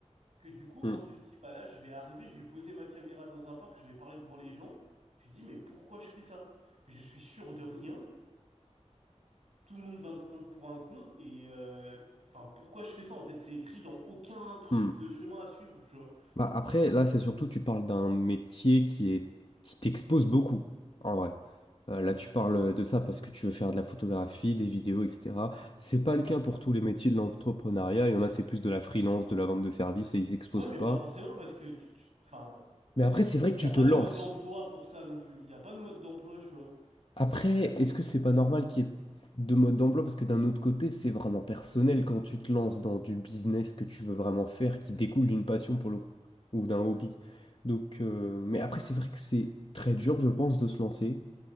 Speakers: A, on the right; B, on the left.
A: que du coup,
B: mhm,
A: quand tu te dis, bah là, je vais arriver, je vais poser ma caméra dans un parc, je vais parler devant les gens, tu te dis, mais pourquoi je fais ça? Je suis sûr de rien, tout le monde va me prendre pour un con, et euh, enfin, pourquoi je fais ça? En fait, c'est écrit dans aucun truc
B: mhm.
A: de chemin à suivre, tu vois.
B: Bah, après, là, c'est surtout, tu parles d'un métier qui est, qui t'expose beaucoup, en vrai. Euh, là, tu parles de ça parce que tu veux faire de la photographie, des vidéos, etc. C'est pas le cas pour tous les métiers de l'entrepreneuriat. Il y en a, c'est plus de la freelance, de la vente de services et ils s'exposent
A: Ouais, mais
B: pas.
A: pas forcément, parce que, tu, tu- enfin,
B: Mais après, c'est vrai que
A: il
B: tu
A: n'y a pas
B: te lances.
A: de mode d'emploi pour ça non plus, il n'y a pas de mode d'emploi, tu vois.
B: Après, est-ce que c'est pas normal qu'il y ait deux modes d'emploi? Parce que d'un autre côté, c'est vraiment personnel quand tu te lances dans du business que tu veux vraiment faire, qui découle d'une passion pour le coup, ou d'un hobby. Donc, euh, mais après, c'est vrai que c'est très dur, je pense, de se lancer.